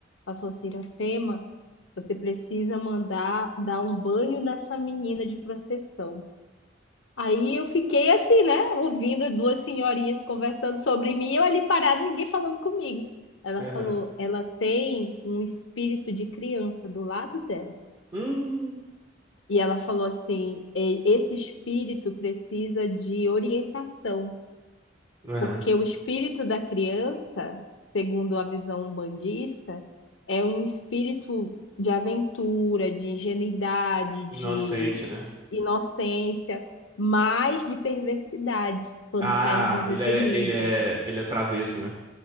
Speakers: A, on the left; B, on the right.
A: Ela falou assim: Iracema, você precisa mandar dar um banho nessa menina de proteção. Aí eu fiquei assim, né? Ouvindo as duas senhorinhas conversando sobre mim, eu ali parada, ninguém falando comigo. Ela
B: Aham.
A: falou: ela tem um espírito de criança do lado dela.
B: Hum.
A: E ela falou assim: "E- esse espírito precisa de orientação,
B: Aham.
A: porque o espírito da criança, segundo a visão umbandista, é um espírito de aventura, de ingenuidade, de
B: Inocente, né?
A: inocência, mas de perversidade quando
B: Ah,
A: está em desequilíbrio,
B: ele é, ele é, ele é travesso, né?